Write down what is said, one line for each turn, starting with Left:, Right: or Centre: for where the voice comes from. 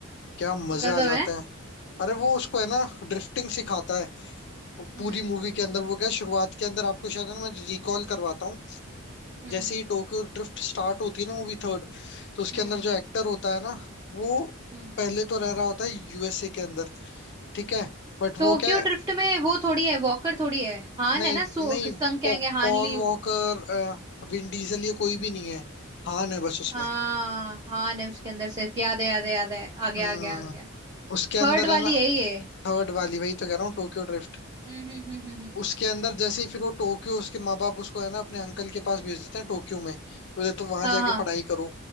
Left: क्या मजे
Right: गजब
Left: आ जाते
Right: है
Left: हैं अरे वो उसको है ना ड्रिफ्टिंग सिखाता है वो
Right: हम्म
Left: पूरी मूवी के अंदर वो क्या शुरुआत के अंदर आपको शायद है ना मैं रिकॉल करवाता हूँ
Right: हम्म
Left: जैसे ही टोक्यो ड्रिफ्ट स्टार्ट होती है ना मूवी थर्ड तो उसके
Right: हम्म
Left: अंदर जो एक्टर होता है ना वो
Right: हम्म
Left: पहले तो रह रहा होता है यूएसए के अंदर ठीक है बट वो
Right: टोक्यो
Left: क्या है
Right: ड्रिफ्ट में वो थोड़ी है वॉकर थोड़ी है हान
Left: नहीं
Right: है ना सु-
Left: नहीं
Right: संग
Left: पौ,
Right: कहेंगे हान
Left: पॉल
Right: लियू
Left: वॉकर अ, विन डीजल ये कोई भी नहीं है हान है बस उसमें
Right: हाँ हान है उसके अंदर सिर्फ याद है याद है याद है आ गया
Left: हम्म
Right: आ गया आ गया
Left: उसके अंदर
Right: थर्ड
Left: है
Right: वाली
Left: ना
Right: है ये
Left: थर्ड वाली वही तो कह रहा हूँ टोक्यो ड्रिफ्ट।
Right: हम्म हम्म हम्म हम्म हम्म।
Left: उसके अंदर जैसे ही फिर वो टोक्यो उसके माँ बाप उसको है ना अपने अंकल के पास भेज देते हैं टोक्यो में बोले तुम वहां
Right: हाँ
Left: जाके
Right: हाँ
Left: पढ़ाई करो